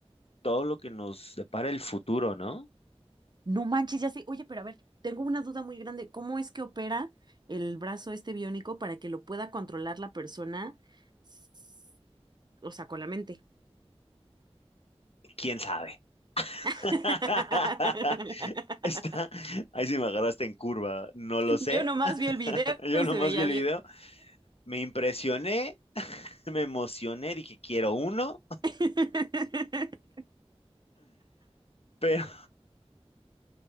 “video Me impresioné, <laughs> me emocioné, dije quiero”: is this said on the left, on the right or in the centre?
Left